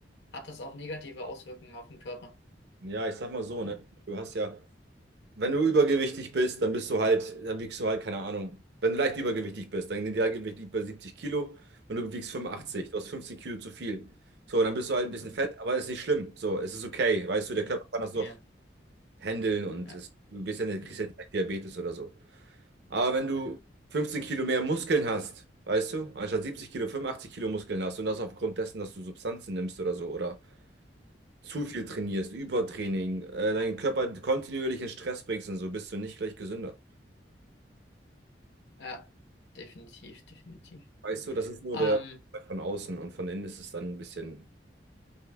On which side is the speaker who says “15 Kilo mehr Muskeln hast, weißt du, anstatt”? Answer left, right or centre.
Right